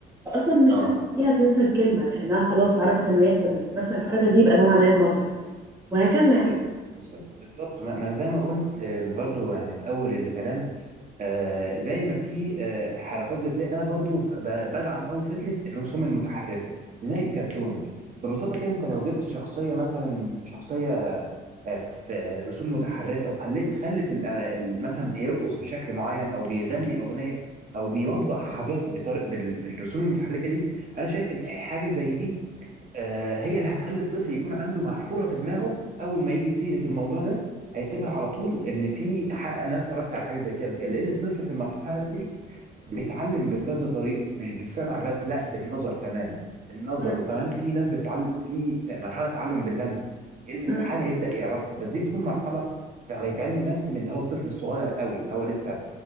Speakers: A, on the right; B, on the right.
A: فأصلا مش
B: اه
A: هتخليها تنسى الكلمة لأنها خلاص عرفت إن هي بتمثل الحركة دي يبقى ده معناه المطر وهكذا
B: بالظبط
A: يعني
B: بالظبط بالظبط ما ما زي ما قلت آم، برضو يعني في اول الكلام آه، زي ما في آه، حركات جزائيه انا برضو ف- ب- بدعم قوي فكره الرسوم المتحركه زي الكرتون ببساطه كده انت لو جبت شخصيه مثلا شخصيه آه، في رسوم متحركه وخلت خلت ال- آه، ال- مثلا بيرقص بشكل معين او بيغني اغنيه او بيوضح حاجات بطر... بال... في الرسوم المتحركه دي انا شايف الح- حاجه زي دي آه، هي اللي هتخلي الطفل يكون عنده محفوره في دماغه اول ما يجي سيره الموضوع ده هيفتكر على طول ان في ح... إن انا اتفرجت على حاجه زي كده قبل كده لان الطفل في المرحله دي بيتعلم بكذا طريقه مش بالسمع بس لا بالنظر كمان النظر
A: مم.
B: وكمان في ناس بتتعلم في ت- مرحله تعلم باللمس يلمس
A: مم.
B: الحاجه يبدا يعرفها بس دي بتكون مرحله فهي في علم النفس من اللي هو الطفل الصغير قوي اللي هو لسه